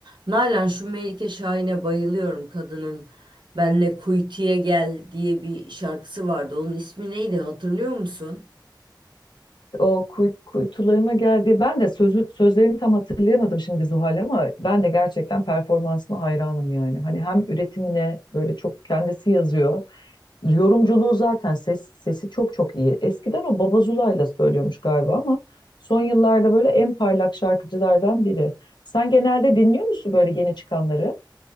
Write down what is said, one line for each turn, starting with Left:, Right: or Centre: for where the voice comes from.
Right: Nalan şu Melike Şahin'e bayılıyorum kadının. Benle kuytuya gel diye bir şarkısı vardı. Onun ismi neydi hatırlıyor musun?
Left: O kuy- kuytularına geldi. Ben de sözü, sözlerini tam hatırlayamadım şimdi Zuhal ama ben de gerçekten performansına hayranım yani. Hani hem üretimine böyle çok kendisi yazıyor. Yorumculuğu zaten ses, sesi çok çok iyi. Eskiden o Baba Zula'yla söylüyormuş galiba ama son yıllarda böyle en parlak şarkıcılardan biri. Sen genelde dinliyor musun böyle yeni çıkanları?